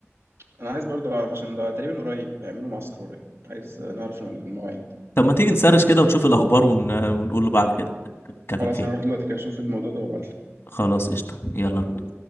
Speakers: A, on the right; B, on the left.
A: انا عايز برضو اعرف عشان ده تقريبا قريب هيعملوا معسكر قريب عايز نعرف المواعيد
B: طب ما تيجي نسرش كده ونشوف الاخبار ون... ونقول له بعد كده نتكلم
A: خلاص
B: فيها
A: هنروح دلوقتي كده اشوف الموضوع ده وابعت
B: خلاص قشطة يلا